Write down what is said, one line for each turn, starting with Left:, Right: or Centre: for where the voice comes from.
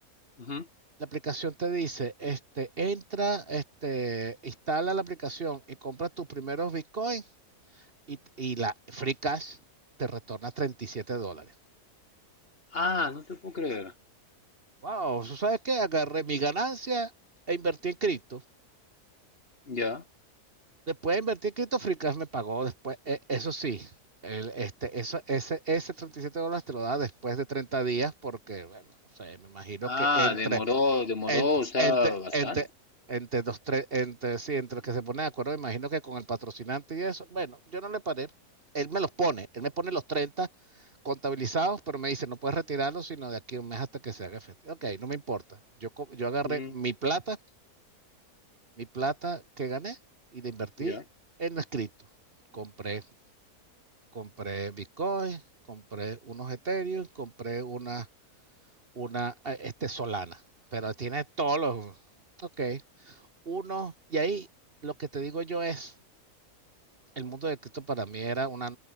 Left: Ujú.
Right: La aplicación te dice, este, entra, este, instala la aplicación y compra tus primeros Bitcoin y, t- y la Free Cash te retorna 37 dólares.
Left: Ah, no te puedo creer.
Right: Wow, ¿sabes qué? Agarré mi ganancia e invertí en cripto.
Left: Ya.
Right: Después de invertir, Crypto me pagó después, eh, eso sí, el- este, eso, ese, ese 37 dólares te lo da después de 30 días porque, bueno, no sé, me imagino que
Left: Ah,
Right: entre,
Left: demoró, demoró,
Right: entre,
Left: o sea,
Right: entre,
Left: bastante.
Right: entre, entre dos, tres, entre, sí, entre el que se pone de acuerdo, me imagino que con el patrocinante y eso, bueno, yo no le paré, él me los pone, él me pone los 30 contabilizados, pero me dice, no puedes retirarlos sino de aquí a un mes hasta que se haga efectivo. Ok, no me importa, yo, yo agarré
Left: Ujú,
Right: mi plata mi plata que gané y la invertí
Left: Ya.
Right: en las cripto. Compré, compré Bitcoin, compré unos Ethereum, compré una, una, eh, este Solana, pero tiene todos los, ok, uno, y ahí lo que te digo yo es, el mundo de Cristo para mí era una,